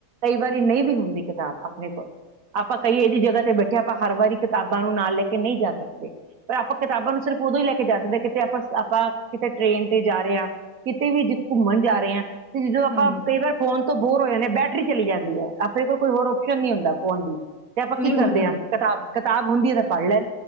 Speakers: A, on the right (about 75°); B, in the centre.
A: ਕਈ ਵਾਰੀ ਨਈ ਵੀ ਹੁੰਦੀ ਕਤਾਬ ਆਪਨੇ ਕੋਲ। ਆਪਾ ਕਈ ਐਹੋ ਜੀ ਜਗਾ ਤੇ ਬੈਠੇ ਆ ਆਪਾਂ ਹਰ ਵਾਰੀ ਕਤਾਬਾਂ ਨੂੰ ਨਾਲ ਲੈਕੇ ਨਈ ਜਾ ਸਕਦੇ। ਪਰ ਆਪਾ ਕਤਾਬਾਂ ਨੂੰ ਸਿਰਫ ਉਦੋਂ ਈ ਲੈਕੇ ਜਾ ਸਕਦੇ ਆ ਕਿਤੇ ਆਪਾਂ-ਆਪਾਂ ਕਿਤੇ ਟਰੇਨ ਤੇ ਜਾਰੇ ਆ। ਵੀ ਘੁੰਮਣ ਜਾਰੇ ਆਂ, ਤੇ ਜਦੋ ਆਪਾਂ
B: ਹੂੰ,
A: ਕਈ ਵਾਰ ਫੋਨ ਤੋਂ ਬੋਰ ਹੋ ਜਾਨੇ ਆਂ ਬੈਟਰੀ ਚਲੀ ਜਾਂਦੀ ਐ ਆਪਨੇ ਕੋਲ ਕੋਈ ਹੋਰ ਓਪਸ਼ਨ ਨੀ ਹੁੰਦਾ ਫੋਨ ਦੀ ਤੇ ਆਪਾਂ
B: ਨਹੀਂ
A: ਕੀ ਕਰਦੇ
B: ਉਹ ਤਾਂ ਹੈ
A: ਆਂ
B: ਹੀ।
A: ਕਤਾਬ-ਕਤਾਬ ਹੁੰਦੀ ਐ ਤੇ ਪੜ ਲੈਣ